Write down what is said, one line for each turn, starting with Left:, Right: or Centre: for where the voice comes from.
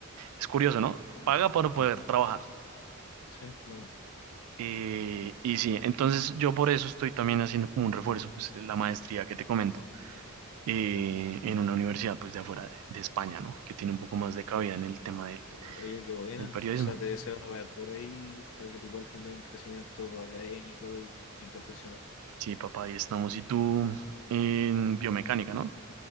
Right: Es curioso, ¿no? Paga para poder
Left: Ujú.
Right: trabajar.
Left: Sí, bueno,
Right: Eh, y sí, entonces yo por eso estoy también haciendo como un refuerzo, pues la maestría que te comento eh,
Left: claro.
Right: en una universidad pues de afuera de, de España, ¿no? Que tiene un poco más de cabida en el tema del,
Left: Oye, qué buena.
Right: del periodismo.
Left: O sea, te deseo lo mejor ahí para que tú igual tengas un crecimiento académico y, y profesional.
Right: Sí, papá, ahí estamos. Y tú en biomecánica, ¿no?